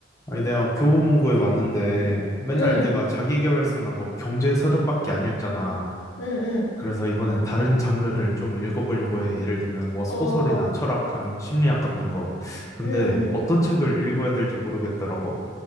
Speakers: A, on the left (about 15°); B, on the left (about 65°).
A: 아니, 내가 교보문고에 왔는데 맨날
B: 응,
A: 내가 자기계발서나 뭐 경제 서적밖에 안 읽잖아.
B: 응, 응.
A: 그래서 이번엔 다른 장르를 좀 읽어보려고 해. 예를 들면 뭐 소설이나
B: 어,
A: 철학 아니면 심리학 같은 거. 근데
B: 응,
A: 어떤 책을 읽어야 될지 모르겠더라고.